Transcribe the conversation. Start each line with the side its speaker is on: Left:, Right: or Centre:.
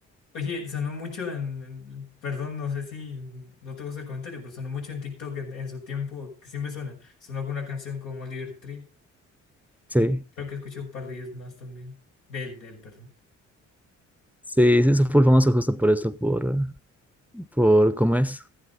Left: Oye, sonó mucho en, en- perdón, no sé si no te gusta el comentario, pero sonó mucho en TikTok en, en su tiempo, que sí me suena. Sonó con una canción con Oliver Tree.
Centre: Sí.
Left: eh, creo que escuché un par de ellos más también. De él, de él, perdón.
Centre: Sí, sí, se fue famoso justo por eso, por, por, ¿cómo es?